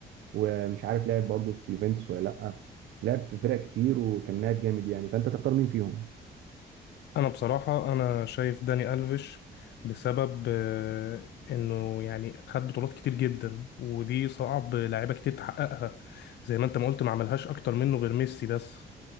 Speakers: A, on the right; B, on the left.
A: ومش عارف لعب برضو في يوفنتوس ولا لا لعب في فرق كتير وكان لاعب جامد يعني فانت تختار مين فيهم
B: انا بصراحه انا شايف داني الفيش بسبب آه، انه يعني خد بطولات كتير جدا ودي صعب لعيبه كتير تحققها زي ما انت ما قلت ما عملهاش اكتر منه غير ميسي بس